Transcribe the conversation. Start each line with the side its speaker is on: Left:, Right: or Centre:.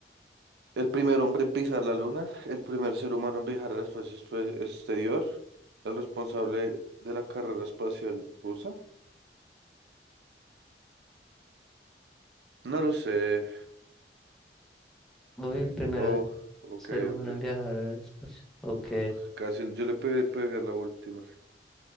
Right: El primer hombre en pisar la luna, el primer ser humano en viajar al espacio espe- exterior, el responsable de la carrera espacial rusa. No lo sé.
Centre: Uy, el primer
Right: Oh, ok,
Centre: ser humano
Right: ok.
Centre: en viajar al espacio. Ok.
Right: Ugh, Casi yo le pegué, pegué a la última.